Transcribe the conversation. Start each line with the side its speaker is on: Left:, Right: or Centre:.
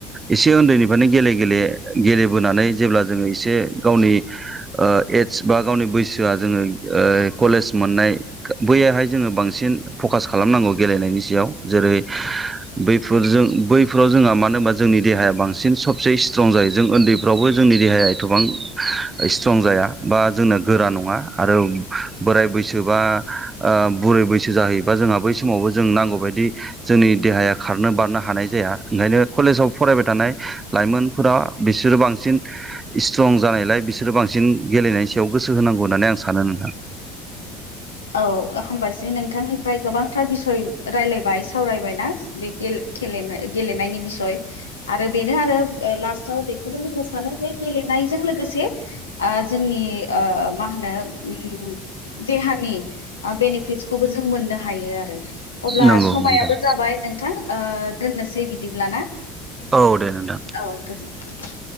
Right: एसे उन्दैनिफ्रायनो गेले गेले गेलेबोनानै जेब्ला जोङो एसे गावनि ओ एडस बा गावनि बैसोआ जोङो ओ कलेज मोननाय बैयाहाय जोङो बांसिन फकास खालामनांगौ गेलेनायनि सायाव जेरै बैफोरजों बैफोराव जोंहा मानो होनबा जोंनि देहाया बांसिन सबसे स्ट्रं जायो जों ओन्दै फ्रावबो जोंनि देहाया एथबां स्ट्रं जाया। बा जोंना गोरा नङा आरो बोराय बैसो बा ओ बुरै बैसो जाहै बा जोंहा बै समावबो जों नांगौ बायदि जोंनि देहाया खारनो बारनो हानाय जाया ओंखायनो कलेजाव फरायबाय थानाय लाइमोन फोर बिसोरो बांसिन स्ट्रं जानायलाय बिसोरो बांसिन गेलेनायनि सायाव गोसो होनांगौ होन्नानै आं सानो नोंथां।
Left: औ हबासै नोंथांनिफ्राय गोबांथार बिसय रायलायबाय सावरायबाय ना। बेे गेल खेले गेलेनायनि बिसय। आरो बेनो आरो लास्टाव बेखौनो होननो सानो जे गेलेनायजों लोगोसे ओ जोंनि ओ मा होनो उम देहानि ओ बेनिफिटसखौबो जों मोननो हायो आरो अब्ला
Right: नंगौ
Left: समायाबो
Right: नोंथां
Left: जाबाय नों थां दोननोसै बिदिब्लाना?
Right: औ दे नोंथां।
Left: औ गोजोन्थों।